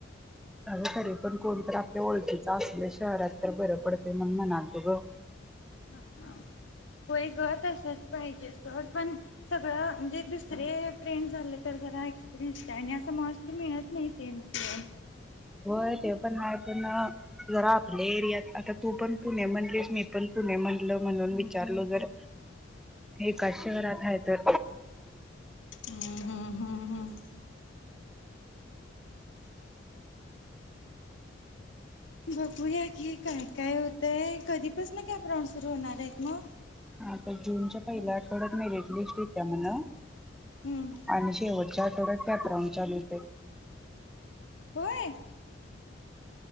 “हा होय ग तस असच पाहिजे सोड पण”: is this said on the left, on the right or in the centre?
Left